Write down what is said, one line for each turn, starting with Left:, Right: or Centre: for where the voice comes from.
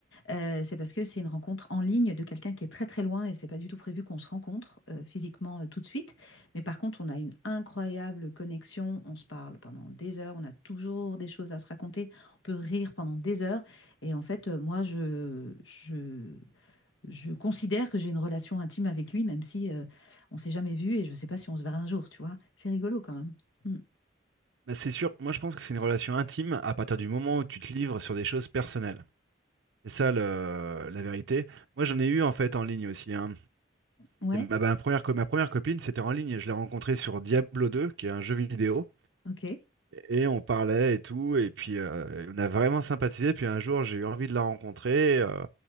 Left: euh, c'est parce que c'est une rencontre en ligne de quelqu'un qui est très très loin et c'est pas du tout prévu qu'on se rencontre euh, physiquement euh, tout de suite. Mais par contre, on a une incroyable connexion, on se parle pendant des heures, on a toujours des choses à se raconter, on peut rire pendant des heures. Et en fait, euh, moi, je, je je considère que j'ai une relation intime avec lui, même si euh, on s'est jamais vu et je ne sais pas si on se verra un jour, tu vois. C'est rigolo quand même. Mm.
Right: Mais c'est sûr, moi je pense que c'est une relation intime à partir du moment où tu te livres sur des choses personnelles. C'est ça le- la vérité. Moi j'en ai eu en fait en ligne aussi. hein.
Left: Ouais,
Right: C'est Ma, ma première, co- ma première copine, c'était en ligne. Je l'ai rencontrée sur Diablo 2, qui est un jeu vidéo.
Left: ok.
Right: Et on parlait et tout. Et puis euh, on a vraiment sympathisé. Puis un jour, j'ai eu envie de la rencontrer. euh,